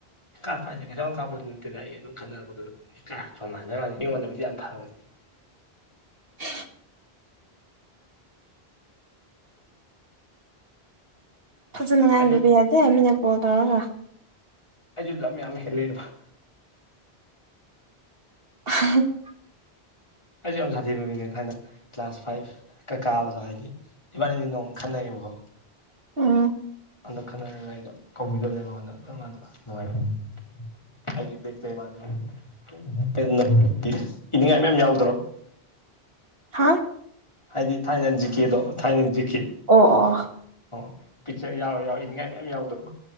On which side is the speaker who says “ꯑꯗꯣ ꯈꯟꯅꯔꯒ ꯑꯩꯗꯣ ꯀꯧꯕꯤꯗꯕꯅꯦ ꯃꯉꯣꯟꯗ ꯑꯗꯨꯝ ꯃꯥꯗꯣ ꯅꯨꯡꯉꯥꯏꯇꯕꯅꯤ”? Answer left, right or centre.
Left